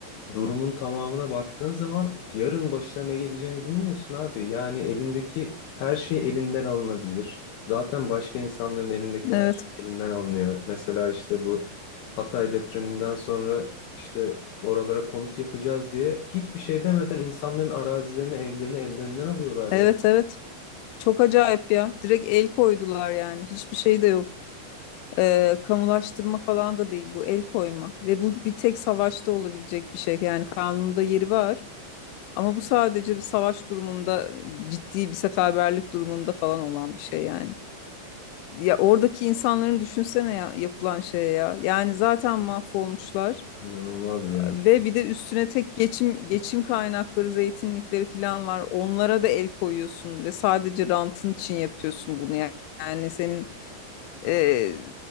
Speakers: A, on the left (about 70°); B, on the left (about 85°).
A: durumun tamamına baktığın zaman yarın başına ne geleceğini bilmiyorsun abi. Yani elindeki her şey elinden alınabilir. Zaten başka insanların elindeki
B: Evet,
A: her şey elinden alınıyor. Mesela işte bu Hatay depreminden sonra işte oralara konut yapacağız diye hiçbir şey demeden insanların arazilerini, evlerini ellerinden alıyorlar
B: evet,
A: ya.
B: evet. Çok acayip ya. Direkt el koydular yani. Hiçbir şey de yok. Ee, kamulaştırma falan da değil bu el koyma. Ve bu bir tek savaşta olabilecek bir şey. Yani kanunda yeri var. Ama bu sadece bir savaş durumunda, ciddi bir seferberlik durumunda falan olan bir şey yani. Ya oradaki insanların düşünsene ya yapılan şeye ya. Yani zaten mahvolmuşlar
A: İnanılmaz ya.
B: ve bir de üstüne tek geçim geçim kaynakları, zeytinlikleri falan var. Onlara da el koyuyorsun ve sadece rantın için yapıyorsun bunu. Yani, yani senin e,